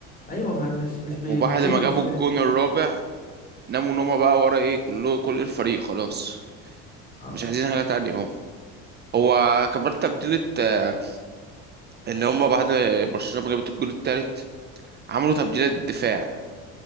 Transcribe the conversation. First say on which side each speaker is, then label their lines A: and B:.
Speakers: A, on the left; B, on the right.
A: ايوه ما مش مش
B: وبعد
A: بي مش بيهدوا
B: ما جابوا
A: بالساهل
B: الجون الرابع ناموا نومة بقى ورا ايه كله كل الفريق خلاص
A: اه
B: مش عايزين حاجة تانية هم هو كمان تبديلة آه، ان هم بعد برشلونة ما جابت الجون التالت عملوا تبديلة دفاع